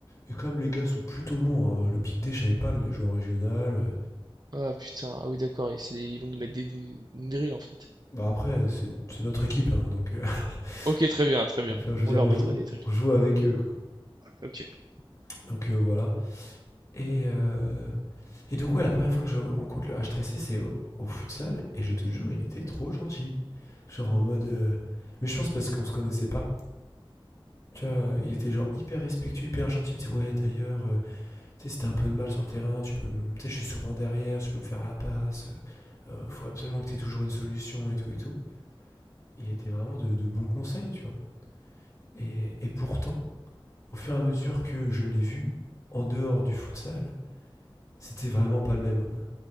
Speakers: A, on the left (about 35°); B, on the right (about 45°).
A: et comme les gars sont plutôt bons, hein, le Big D, je savais pas, mais il a joué en régional. euh.
B: Ah putain, ah oui, d'accord, ils, c'est- ils vont nous mettre des, des- une drill en fait.
A: Bah après, euh, c'est c'est notre équipe, hein, donc, euh, <laughs>
B: Ok, très bien, très bien.
A: donc enfin, je veux
B: On
A: dire,
B: leur
A: on
B: mettra
A: joue,
B: des drills.
A: on joue avec eux, quoi.
B: Ok,
A: Donc euh, voilà. Et, euh, et donc ouais, la première fois que je rencontre le H3C, c'est au, au futsal, et je te jure, il était trop gentil. Genre en mode. euh, Mais je pense parce qu'on se connaissait pas. Tu vois, il était genre hyper respectueux, hyper gentil. Il me dit Ouais, d'ailleurs, euh, tu sais, si t'as un peu de mal sur le terrain, tu peux me- Tu sais, je suis souvent derrière, tu peux me faire la passe. euh, euh, faut absolument que t'aies toujours une solution et tout et tout. Il était vraiment de, de bons conseils, tu vois. Et, et pourtant, au fur et à mesure que je l'ai vu en dehors du futsal, c'était vraiment pas le même homme.